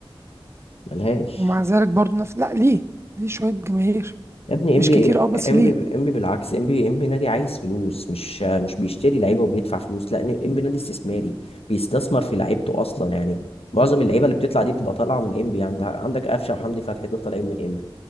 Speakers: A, on the left; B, on the right.
A: ملهاش
B: ومع ذلك برضه نفس لا ليه ليه شوية جماهير
A: يا ابني
B: مش
A: ام بي
B: كتير اه بس
A: ام
B: ليه
A: بي ام بي بالعكس ام بي ام بي نادي عايز فلوس مش آه، مش بيشتري لعيبه وبيدفع فلوس لا ام بي نادي استثماري بيستثمر في لعيبته اصلا يعني معظم اللعيبه اللي بتطلع دي بتبقى طالعه من ام بي عندك قفشه وحمدي فتحي دول طالعين من ام بي